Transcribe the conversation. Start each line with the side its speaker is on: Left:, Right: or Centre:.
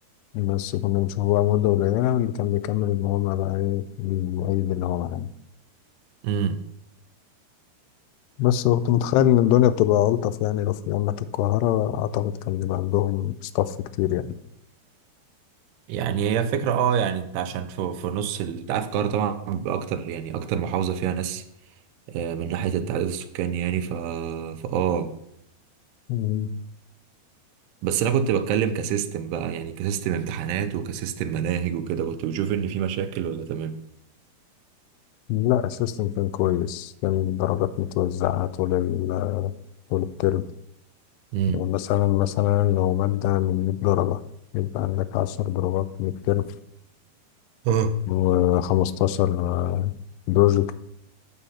Left: بس كنا بنشوف بقى مدة قليلة اللي كان بيكمل اللي هما بقى إيه المعيد اللي هو معانا
Right: امم
Left: بس كنت متخيل إن الدنيا بتبقى ألطف يعني لو في جامعة القاهرة أعتقد كان بيبقى عندهم ستاف كتير
Right: يعني هي فكرة اه يعني انت عشان في, في نص ال- انت عارف القاهرة طبعا اكتر يعني اكتر محافظة فيها ناس آه، من ناحية التعداد السكاني يعني ف فا اه
Left: يعني
Right: بس انا كنت بتكلم كسيستم بقى يعني كسيستم امتحانات وكسيستم مناهج وكده كنت بشوف ان في مشاكل ولا تمام
Left: لا السيستم كان كويس كان الدرجات متوزعة طول ال طول الترم
Right: امم
Left: مثلا مثلا لو مادة من 100 درجة يبقى عندك 10 درجات من الترم
Right: اه
Left: و15 بروجكت